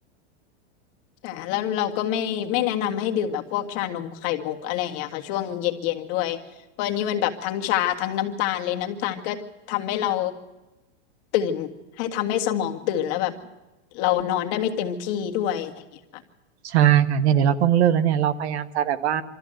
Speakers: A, on the left; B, on the right.
A: แต่แล้วเราก็ไม่ไม่แนะนำให้ดื่มแบบพวกชานมไข่มุกอะไรอย่างเงี้ยค่ะช่วงเย็นๆด้วยเพราะอันนี้มันแบบทั้งชาทั้งน้ำตาลเลยน้ำตาลก็ทำให้เราตื่นให้ทำให้สมองตื่นแล้วแบบเรานอนได้ไม่เต็มที่ด้วยอะไรอย่างเงี้ยค่ะ
B: ใช่ค่ะเนี่ยเดี๋ยวเราต้องเลิกแล้วเนี่ยเราพยายามจะแบบว่า